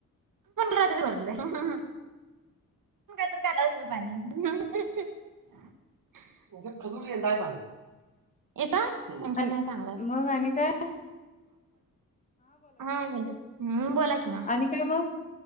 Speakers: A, on the right (about 75°); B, on the left (about 25°).
A: रात्री भरले <unintelligible> काहीत खाय असल पाण्या <unintelligible> म्हणजे खजुर यय पाणी येत <unintelligible> आमच्यात
B: आणि
A: नाही चांगला आहे.
B: मग आणि काय
A: हा बोला हम्म बोला कि मॅम
B: आणि काय मग